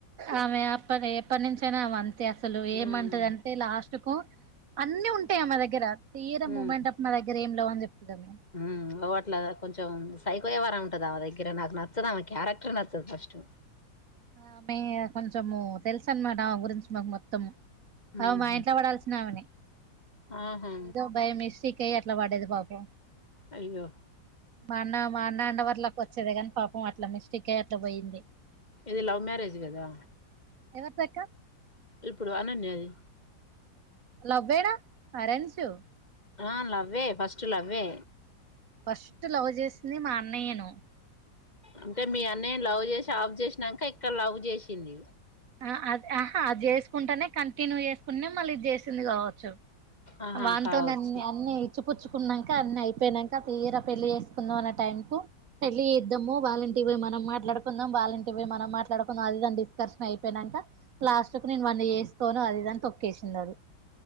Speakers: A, on the right (about 55°); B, on the left (about 20°).
A: ఆమె అప్పడే ఎప్పటి నుంచైనా రావాల్ తే అసలు ఏమంటదంటే
B: ఉమ్
A: లాస్ట్ కు అన్ని ఉంటాయి ఆమె దగ్గర. తీర మూమెంట్
B: ఉమ్
A: అప్ నా దగ్గర ఎమ్ లేవని చెప్తుంది ఆమె.
B: ఉమ్ ఓ అట్లా కొంచెం సైకో యవ్వారం ఉంటది ఆమె దగ్గర నాకు నచ్చదు ఆ క్యారెక్టర్ నచ్చదు ఫస్టు.
A: ఆమె కొంచము తెలుస అనమాట ఆమె గురించి మాకు మొత్తము.
B: ఉహు
A: ఆమె మా ఇంట్లో పడాల్సిన ఆమెనే
B: ఆహా
A: ఏదో భయమేసి కియే అట్లా పడ్డది పాపము
B: అయ్యో
A: మా అన్న మా అన్న ఉండవట్లాక వచ్చేది కాని పాపం అట్లా మిస్టికయి అట్లా పోయింది.
B: ఇది లవ్ మ్యారేజు కదా
A: ఎవరిదక్క
B: ఇప్పుడు అనన్యది
A: లవ్వేనా ఆరన్జు
B: ఆ లవ్వే ఫస్ట్ లవ్వే
A: ఫస్ట్ లవ్ చేసింది మా అన్నయ్యను
B: అంటే మీ అన్నయ్య లవ్ చేసి ఆఫ్ చేసిన్నక ఇక్కడ లవ్ చేసింది.
A: ఆ అది ఆహా అది చేసుకుంటనే కంటిన్యూ చేసుకునే మళ్ళీ ఇది చేసింది కావచ్చు.
B: ఆహా
A: వాతోన్నే
B: కావచ్చు
A: అన్ని ఇచ్చిపుచ్చుకున్నాక అన్ని అయిపోయినాక, తీరా పెళ్లి చేేసుకుందాం అన్న టైమ్ పో పెళ్లి చేద్దాము వాళ్ళని ఇవి మనం మాట్లాడుకుందాం వాళ్ళంటికి పోయి మనం మాట్లాడుకుందాం అదిదాని డిస్కషన్ అయిపోయిన్నాక. ప్లాస్టుకి నేను వాన్ని చేస్కోను అది ఇదాని తొక్కేసింది అది.